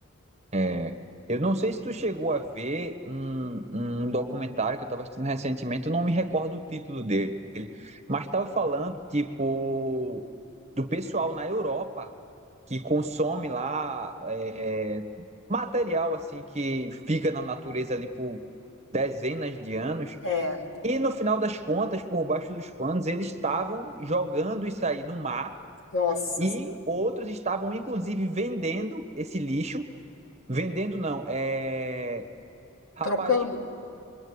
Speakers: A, on the right; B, on the left.
A: É. Eu não sei se tu chegou a ver um, um documentário que eu estava assistindo recentemente, eu não me recordo o título dele, mas estava falando, tipo, do pessoal na Europa que consome lá é, material, assim, que fica na natureza ali por dezenas de anos,
B: É,
A: e no final das contas, por baixo dos panos, eles estavam jogando isso aí no mar
B: nossa,
A: e
B: assim,
A: outros estavam inclusive vendendo esse lixo Vendendo não. É... Rapaz,
B: trocando.